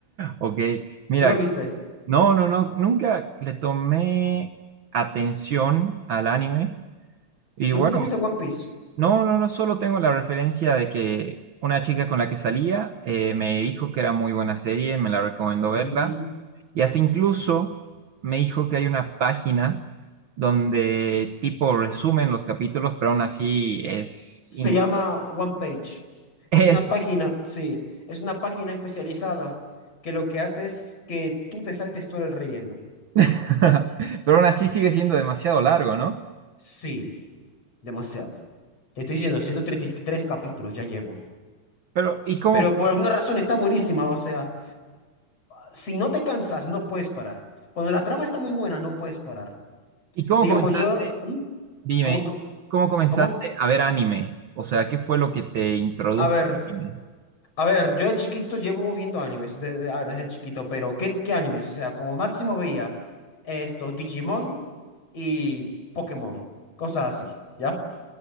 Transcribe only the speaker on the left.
¿Tú lo viste?
¿Nunca
te viste One Piece?
Mm.
Se
llama One Page.
Es
una página, sí, es una página especializada que lo que hace es que tú te saltes todo el relleno.
Sí, demasiado. Te estoy diciendo, 133 capítulos ya llevo.
Pero
por alguna razón está buenísima, o sea, si no te cansas, no puedes parar. Cuando la trama está muy buena, no puedes parar.
Digamos,
yo... ¿Mm?
¿Cómo?
¿Cómo?
A ver.
A ver, yo de chiquito llevo viendo animes, de- de- a ver, desde chiquito, pero ¿qué, qué animes? O sea, como máximo veía esto, Digimon y Pokémon, cosas así, ¿ya?